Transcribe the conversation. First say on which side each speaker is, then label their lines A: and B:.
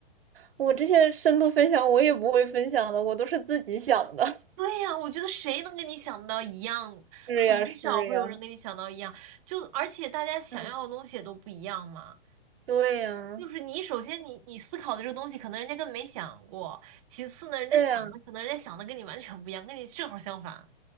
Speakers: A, on the right; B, on the right.
A: 我这些深度分享我也不会分享的，我都是自己想的。<laughs>
B: 对呀，我觉得谁能跟你想到一样，
A: 是呀，
B: 很少会有人跟你想到一样，
A: 是呀，
B: 就而且大家想要的东西也都不一样嘛。
A: 嗯，对呀，
B: 就是你首先你你思考的这个东西，可能人家根本没想过。其次呢，人家想的可能人家想的跟你完全不一样，
A: 对呀，
B: 跟你正好相反。